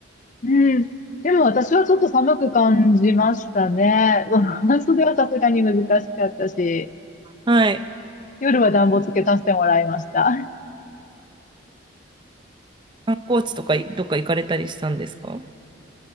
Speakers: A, on the left; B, on the right.
A: うん。でも私はちょっと寒く感じましたね。うん <laughs> 半袖はさすがに難しかったし、
B: はい。
A: 夜は暖房つけさせてもらいました。
B: 観光地とかいどっか行かれたりしたんですか